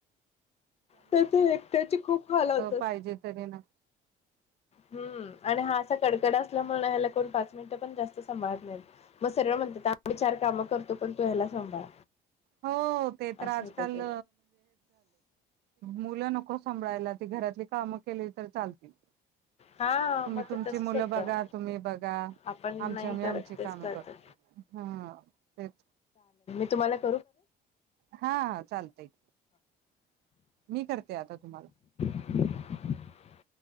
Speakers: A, on the left (about 40°); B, on the right (about 75°).
A: त्या ते त्याची खूप हाला होतात.
B: पाहिजे तरी ना
A: हम्म आणि हा असा कडकडा स म्हणायला कोण पाच मिनिटं पण जास्त सांभाळत नाही मग सरळ म्हणतात आम्ही चार कामं करतो पण तू ह्याला सांभाळ
B: हो ते तर
A: अस
B: आजकाल
A: होत.
B: मुलं नको को संभळायला ते घरातली काम केली तर चालतील.
A: हा
B: तुम्ही
A: मग
B: तुमची
A: ते तसच
B: मुलं
A: होतं.
B: बघा तुम्ही बघा
A: आपण
B: आमच्या
A: नाही
B: आम्ही
A: करत
B: आमची
A: तेच
B: काम
A: करतात.
B: करतो ह तेच.
A: तु
B: हा चालतंय. मी करते आता तुम्हाला.
A: <inaudible>